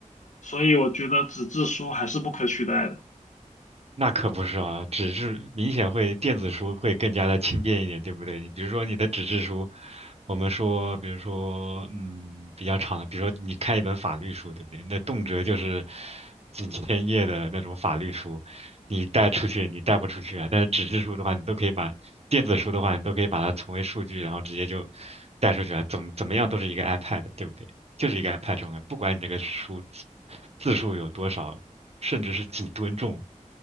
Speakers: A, on the left; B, on the right.
A: 所以我觉得纸质书还是不可取代的。
B: 那可不是啊，纸质明显会电子书会更加的轻便一点，对不对？你比如说你的纸质书，我们说，比如说，嗯，比较长的，比如说你看一本法律书，对不对？那动辄就是 <laughs> 几千页的那种法律书，你带出去你带不出去啊。但是纸质书的话，你都可以把电子书的话，你都可以把它存为数据，然后直接就带出去啊，怎么怎么样都是一个 iPad，对不对？就是一个 iPad 重要，不管你这个书字字数有多少，甚至是几吨重，